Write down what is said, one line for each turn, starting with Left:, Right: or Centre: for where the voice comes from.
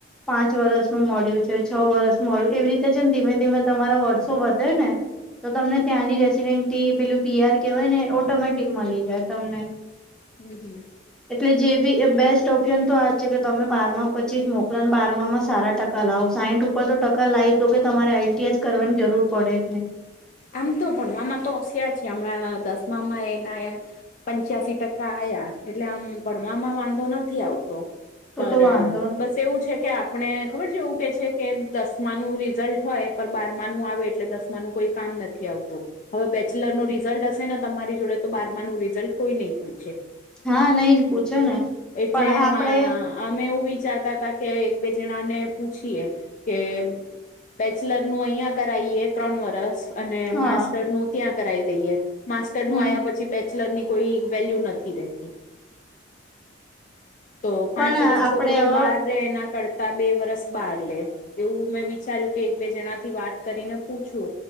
Centre: પાંચ વરસ નું મળ્યું છે છ વરસ મળ્યું એવી રીતે જેમ ધીમે ધીમે તમારા વર્ષો વધે ને તો તમને ત્યાંની રેસીિડન્ટથી પેલું પીઆર કહેવાય ને ઓટોમેટિક મળી જાય તમને.
Left: હમ્મ હમ્મ
Centre: એટલે જે બી બેસ્ટ ઓપ્શન તો આ છે કે તમે બારમા પછી જ મોકલા બાર માં સારા ટકા કલાઓ સાઈઠ ઉપર તો ટકા લાવી જ દો કે તમારે આલટીઅસ જ કરવાની જરૂર પડે જ નહી
Left: આમ તો ભણવામાં તો હોશિયાર છે હમણાં દસમામાં એના આયા પંચ્યાસી ટકા આયા એટલે આમ ભણવામાં વાંધો નથી આવતો પર
Centre: તો તો વાંધો ન
Left: બસ એવું છે કે આપ આપણે ખબર છે એવું ક છે કે દસમાનું રિઝલ્ટ હોય પર બારમાનું આવે એટલે દસ મા નું કોઈ કામ નથી આવતું હવે બેચલરનું રિઝલ્ટ હશે ને તમારી જોડે તો બારમાનું રિઝલ્ટ કોઈ નહી પૂછે
Centre: હા નઈ જ પૂછો ને
Left: એટલે
Centre: પણ આપડે
Left: અમે એવું વિચારતા હતા કે એક બે જણાને પૂછીએ કે બેચલર નું અહિયા કરાઈએ ત્રણ વરસ અને
Centre: હા
Left: માસ્ટર નું ત્યાં કરાવ દઈએ માસ્ટર
Centre: હમ
Left: નું આ્યા પછી બે બેચલર ની કોઈ વેલ્યુ નથી રહેતી તો પાંચ
Centre: પણ
Left: વરષ
Centre: આપડે
Left: છોકરો
Centre: હવે
Left: બહાર રે એના કરતા બે વરસ બહાર લે એવું મેં વિચાર્યું કે એક બે જણા થી વાત કરીને પૂછું.